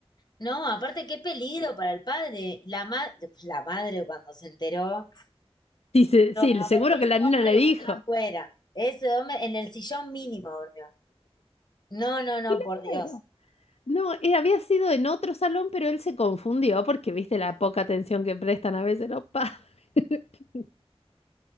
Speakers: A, on the left; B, on the left.
A: No, aparte qué peligro para el padre. La ma- pues, la madre cuando se enteró,
B: Sí, se- sí,
A: a
B: seguro
A: ver, ese
B: que la nena
A: hombre
B: le
A: durmió
B: dijo.
A: afuera. Ese hombre en el sillón mínimo durmió. No, no, no,
B: Claro.
A: por Dios.
B: No, eh, había sido en otro salón, pero él se confundió porque viste la poca atención que prestan a veces los padres. <laughs>